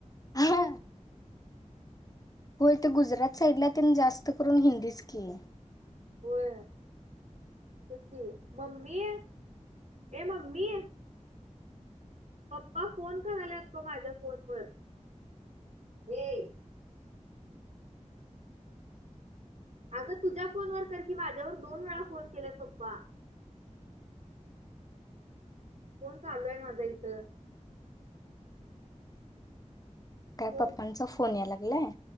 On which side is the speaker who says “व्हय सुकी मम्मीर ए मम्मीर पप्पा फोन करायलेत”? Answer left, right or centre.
Right